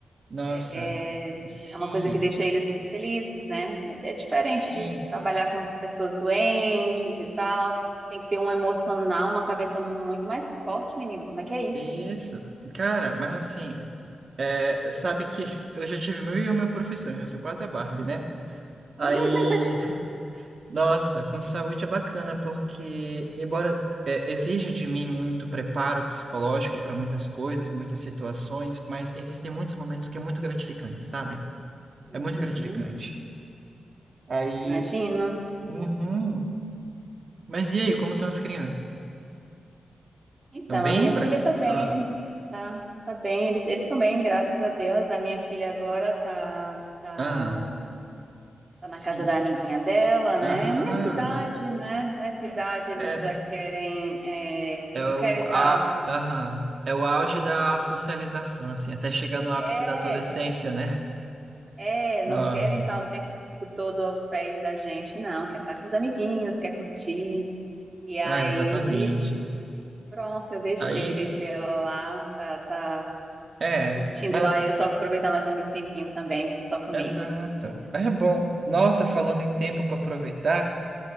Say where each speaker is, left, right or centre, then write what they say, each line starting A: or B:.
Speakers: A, on the right; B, on the right.
A: nossa.
B: É,
A: Sim,
B: é uma coisa que deixa eles felizes, né? É diferente
A: sim,
B: de trabalhar com pessoas doentes e tal. Tem que ter um emocional, uma cabeça muito mais forte, menina. Como é que é isso?
A: isso. Cara, mas assim, é, sabe que <laughs> eu já tive mil e uma profissões, eu sou quase a Barbie, né? Aí,
B: <laughs>
A: nossa, com saúde é bacana, porque embora é, exija de mim muito preparo psicológico para muitas coisas, muitas situações, mas existem muitos momentos que é muito gratificante, sabe?
B: Uhum,
A: É muito gratificante. Aí,
B: imagina.
A: uhum. Mas e aí, como estão as crianças?
B: Então,
A: Estão bem
B: a minha
A: por
B: filha
A: cá?
B: tá bem,
A: Ah,
B: tá, tá bem. Eles eles estão bem, graças a Deus. A minha filha agora tá, tá,
A: ah,
B: tá na
A: sim,
B: casa da amiguinha dela, né?
A: aham.
B: Nessa idade, né? Nessa idade eles
A: É,
B: já querem, é, não
A: É
B: querem
A: o,
B: estar.
A: a,
B: Tá,
A: aham, é o auge da socialização, assim, até chegar no ápice
B: é,
A: da adolescência, né?
B: É, não
A: Nossa,
B: querem estar o tempo todo aos pés da gente, não. Quer estar com os amiguinhos, quer curtir. E aí,
A: ah, exatamente.
B: pronto, eu deixei,
A: Aí,
B: deixei ela lá, tá, tá
A: é,
B: curtindo
A: mas,
B: lá. Eu tô aproveitando aqui um tempinho também, só comigo.
A: exato, Mas é bom. Nossa, falando em tempo para aproveitar,